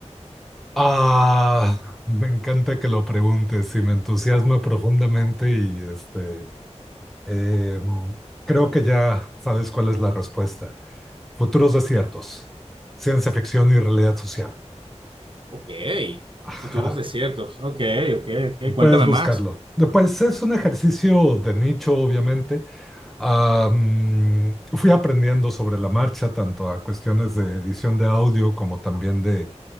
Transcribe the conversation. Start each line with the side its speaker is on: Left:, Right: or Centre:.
Centre: Ah, me encanta que lo preguntes y me entusiasma profundamente y este Eh, creo que ya sabes cuál es la respuesta. Futuros
Right: Ujú.
Centre: desiertos, ciencia ficción y realidad social.
Right: Ok,
Centre: Ajá,
Right: futuros desiertos. Ok, ok, ok. Cuéntame
Centre: puedes buscarlo.
Right: más.
Centre: Pues es un ejercicio de nicho, obviamente. Ah, mm, fui aprendiendo sobre la marcha, tanto a cuestiones de edición de audio como también de